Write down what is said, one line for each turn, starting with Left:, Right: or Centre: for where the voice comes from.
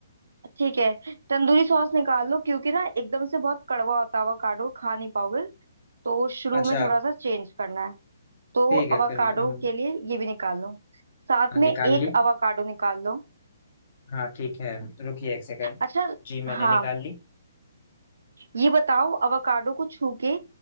Right: ठीक है तंदूरी सॉस निकाल लो क्योंकि ना एकदम से बहुत कड़वा होता है अवाकाडो खा नहीं पाओगे तो शुरू
Left: अच्छा
Right: में थोड़ा सा चेंज करना है तो
Left: ठीक है
Right: अवाकाडो
Left: फिर मैं हम-
Right: के लिए ये भी निकाल लो साथ
Left: हाँ,
Right: में
Left: निकाल
Right: एक
Left: ली
Right: अवाकाडो निकाल लो
Left: हाँ ठीक है रुकिए एक सेकंड
Right: अच्छा
Left: जी मैंने
Right: हाँ
Left: निकाल ली
Right: ये बताओ अवोकाडो को छू के